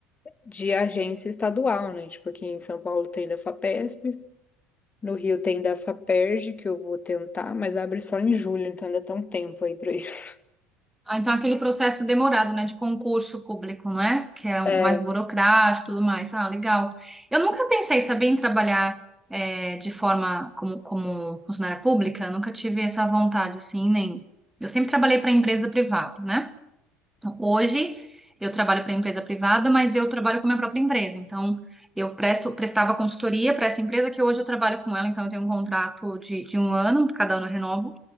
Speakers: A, on the left; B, in the centre.
A: de agência estadual, né? Tipo, aqui em São Paulo tem da FAPESP, No Rio tem da Faperj, que eu vou tentar, mas abre só em julho, então ainda tá um tempo aí pra <laughs> isso.
B: Ah, então aquele processo demorado, né, de concurso público, não é? Que é um
A: É,
B: mais burocrático e tudo mais. Ah, legal. Eu nunca pensei, sabia, em trabalhar é, de forma como, como funcionária pública. Nunca tive essa vontade, assim, nem... Eu sempre trabalhei para empresa privada, né? Então, hoje eu trabalho para empresa privada, mas eu trabalho com minha própria empresa. Então, eu presto, prestava consultoria para essa empresa que hoje eu trabalho com ela, então eu tenho um contrato de, de um ano, cada ano eu renovo.